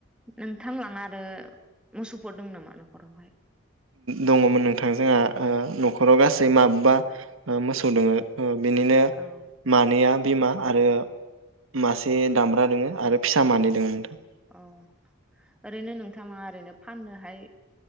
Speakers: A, in the centre; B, on the right (about 90°).
A: नोंथांलाङारो मोसौफोर दं नामा न'खरावहाय,
B: दङमोन नोंथां जोंहा ओ न'खराव गासै माबबा मोसौ दोङो, बिनिनो
A: औ
B: मानैया, बिमा आरो मासे दामब्रा दङो आरो फिसा मानै दोङो नोंथां
A: अ ओरैनो नोंथाङा ओरैनो फाननोहाय